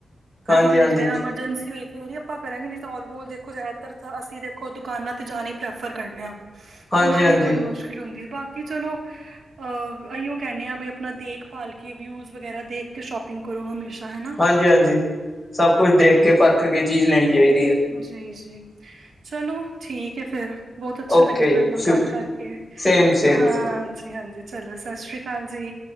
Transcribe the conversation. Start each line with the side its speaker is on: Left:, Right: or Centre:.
Right: ਕਦੀ
Centre: ਹਾਂਜੀ-ਹਾਂਜੀ,
Right: ਕਦੀ ਜਿਵੇਂ ਐਮਰਜੈਂਸੀ ਹੋਈ ਫਿਰ ਹੀ ਆਪਾਂ ਕਰਾਂਗੇ ਨਹੀਂ, ਆਲਮੋਸਟ ਦੇਖੋ ਜ਼ਿਆਦਾਤਰ ਤਾਂ ਅਸੀਂ ਦੇਖੋ ਦੁਕਾਨਾਂ ਤੇ ਜਾਣ ਹੀ ਪ੍ਰੈਫਰ ਕਰਨੇ ਆਂ।
Centre: ਹਾਂਜੀ-ਹਾਂਜੀ,
Right: ਉਹਨਾਂ ਲਈ ਕੋਈ ਮੁਸ਼ਕਿਲ ਹੁੰਦੀ ਹੈ, ਬਾਕੀ ਚਲੋ ਅਹ ਯੂ ਕਹਿੰਦੇ ਆ ਵੀ ਆਪਣਾ ਦੇਖਭਾਲ ਕੇ, ਵਿਊਜ ਵਗੈਰਾ ਦੇਖ ਕੇ ਸ਼ੋਪਿੰਗ ਕਰੋ ਹਮੇਸ਼ਾ ਹੈਨਾ।
Centre: ਹਾਂਜੀ-ਹਾਂਜੀ। ਸਭ ਕੁਛ ਦੇਖ ਕੇ, ਪਰਖ ਕੇ, ਚੀਜ਼ ਲੈਣੀ ਚਾਹੀਦੀ ਹੈ।
Right: ਜੀ, ਜੀ। ਚਲੋ ਠੀਕ ਹੈ ਫੇਿਰ, ਬਹੁਤ ਅੱਛਾ
Centre: ਓਕੇ
Right: ਲੱਗਿਆ ਤੁਹਾਡੇ
Centre: ਜੀ
Right: ਨਾਲ
Centre: ਸ਼ੁਕ
Right: ਗੱਲ ਕਰਕੇ। ਹਾਂ
Centre: ਸੇਮ-ਸੇਮ-ਸੇਮ
Right: ਹਾਂਜੀ-ਹਾਂਜੀ, ਚਲੋ ਸਤਿ ਸ੍ਰੀ ਅਕਾਲ ਜੀ।